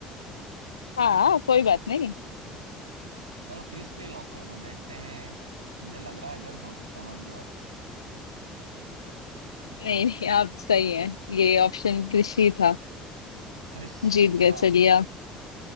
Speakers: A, on the left (about 80°); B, on the right (about 85°).
A: हाँ कोई बात नहीं
B: चलो क्रिस पे ही लॉक कर दो देखते हैं मुझे लग रहा है गलत हो सकता हूँ अब की बार
A: नहीं नहीं आप सही हैं ये ऑप्शन क्रिस ही था
B: क्रिस ही
A: जीत
B: था
A: गए चलिए आप